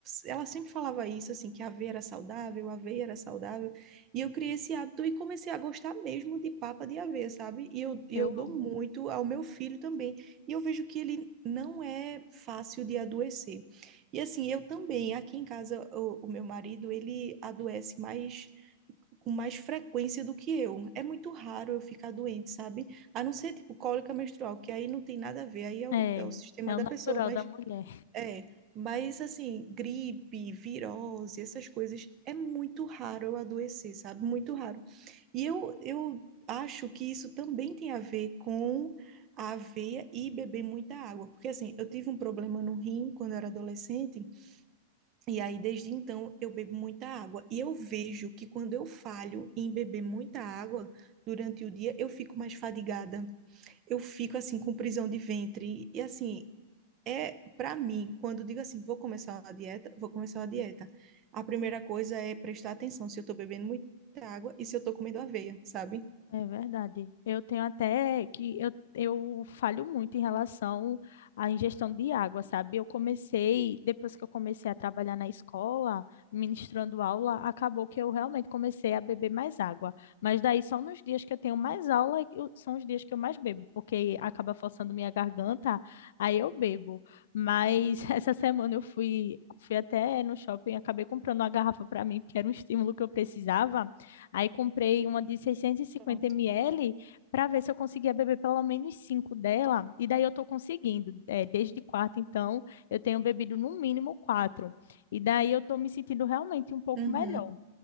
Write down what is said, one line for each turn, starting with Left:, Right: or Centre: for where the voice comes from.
Right: ela sempre falava isso, assim, que a aveia era saudável, a aveia era saudável, e eu criei esse hábito e comecei a gostar mesmo de papa de aveia, sabe? E eu, e
Left: Eu
Right: eu dou
Left: amo.
Right: muito ao meu filho também, e eu vejo que ele não é fácil de adoecer. E assim, eu também, aqui em casa, o, o meu marido, ele adoece mais com mais frequência do que eu. É muito raro eu ficar doente, sabe? A não ser tipo cólica menstrual, que aí não tem nada a ver, aí é o,
Left: É,
Right: é o sistema
Left: é
Right: da
Left: o natural
Right: pessoa, mas
Left: da mulher.
Right: é. Mas assim, gripe, virose, essas coisas, é muito raro eu adoecer, sabe? Muito raro. E eu, eu acho que isso também tem a ver com a aveia e beber muita água, porque assim, eu tive um problema no rim quando eu era adolescente. E aí, desde então, eu bebo muita água. E eu vejo que quando eu falho em beber muita água durante o dia, eu fico mais fadigada. Eu fico, assim, com prisão de ventre. E, assim, é para mim, quando eu digo assim, vou começar uma dieta, vou começar uma dieta. A primeira coisa é prestar atenção se eu tô bebendo muita água e se eu tô comendo aveia, sabe?
Left: É verdade. Eu tenho até que eu, eu falho muito em relação à ingestão de água, sabe? Eu comecei, depois que eu comecei a trabalhar na escola, ministrando aula, acabou que eu realmente comecei a beber mais água. Mas daí são nos dias que eu tenho mais aula, eu- são os dias que eu mais bebo, porque acaba forçando minha garganta, aí eu bebo. Mas <laughs> essa semana eu fui, fui até no shopping, acabei comprando uma garrafa para mim, porque era um estímulo que eu precisava. Aí comprei uma de 650 ml
Right: Pronto.
Left: para ver se eu conseguia beber pelo menos cinco dela. E daí eu estou conseguindo. É, desde quarta, então, eu tenho bebido no mínimo quatro. E daí eu estou me sentindo realmente um pouco
Right: Uhum.
Left: melhor,